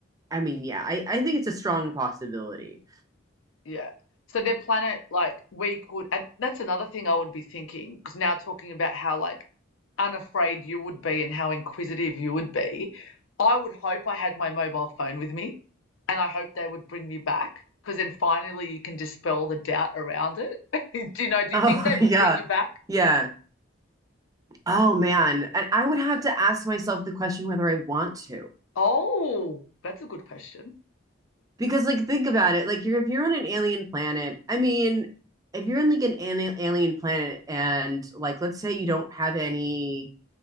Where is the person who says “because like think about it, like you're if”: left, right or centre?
Right